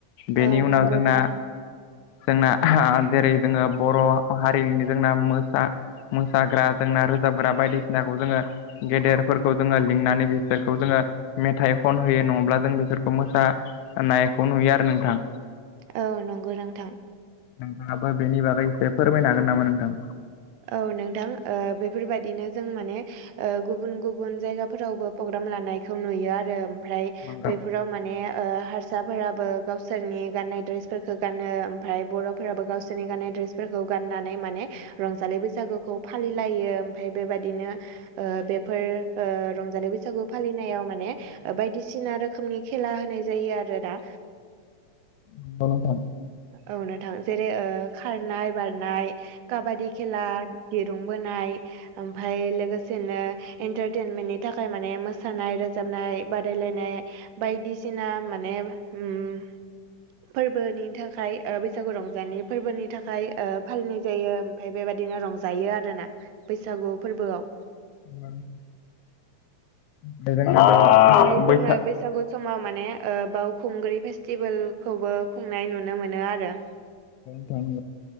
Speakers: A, on the left; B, on the right.
A: बेनि
B: औ नंगौ
A: उनाव जोंना
B: नोंथां
A: जोंना <unintelligible> जेरै जोङो बर' हारिनि जोंना मोसा मोसाग्रा जोंना रोजाबग्रा बायदिसिनाखौ जोङो गेदेरफोरखौ जोङो लिंनानै बिसोरखौ जोङो मेथाइ खनहयो नङाब्ला जों बिसोरखौ मोसानायखौ नुयो आरो नोंथां
B: औ नंगौ नोंथां
A: नोंथाङाबो बेनि बागै एसे फोरमायनो हागोन नामा नोंथां
B: औ नोंथां ओ बेफोरबादिनो जों माने ओ गुबुन गुबुन जायगाफोरावबो प्रग्राम लानायखौ नुयो आरो ओमफ्राय
A: नंगौ
B: बेफोराव माने ओ हा रसाफोराबो गावसोरनि गाननाय द्रेसफोरखौ गानो ओमफ्राय बर'फोराबो गावसोरनि गाननाय द्रेस फोरखौ गाननानै माने रंजालि बैसागुखौ फालिलायो ओमफ्राय बेबादिनो बेफोर ओ रंजालि बैसागु फालिनायाव माने बायदिसिना रोखोमनि खेला होनाय जायो आरोना
A: नंगौ नोंथां
B: औ नोंथां जेरै ओ खारनाय बारनाय काबादि खेला दिरुं बोनाय ओमफ्राय लोगोसेनो एन्टारटेनमेन्टनि थाखाय माने मोसानाय रोजाबनाय बादायलायनाय बायदिसिना माने उम फोरबोनि थाखाय थाखाय ओ बैसागु रंजालि फोरबोनि थाखाय ओ फालिनाय जायो ओमफ्राय बेबायदिनो रंजायो आरोना बैसागु फोरबोआव
A: उम जोंनाथ'
B: ओमफ्राय जोङो
A: बैसाग
B: बैसागु समाव माने ओ बावखुंग्रि फेस्टिभेलखौबो खुंनाय नुनो मोनो आरो नों
A: थां